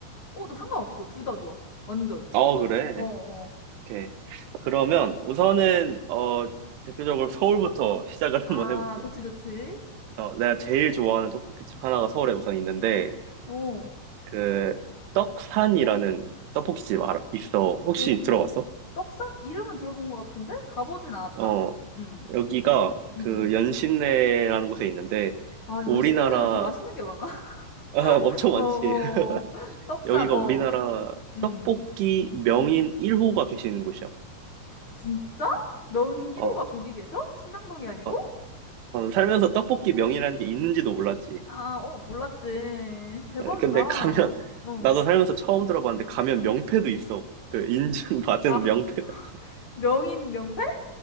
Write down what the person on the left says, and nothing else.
어, 너 상관없어. 둘 다 좋아. 완전.
어, 어.
아,
좋지, 좋지.
어.
어,
떡산? 이름은 들어본 것 같은데? 가보진 않았다.
응,
응, 응.
응.
아, 연신내는
왜 이렇게 맛있는 게 많아?
<laughs>
어,
어.
어. <laughs> 떡산,
어.
응
진짜? 명인 1호가
거기 계셔? 신당동이 아니고?
아, 어, 몰랐지. 대박이다.
어.
아,
명인 명패?